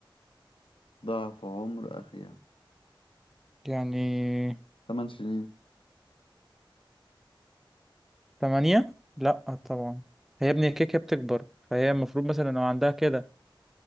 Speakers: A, on the left; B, in the centre.
A: ضعف عمر أخيها
B: يعني
A: تمن سنين
B: تمانية لا طبعا هي ابني كيكة بتكبر فهي المفروض مثلا لو عندها كده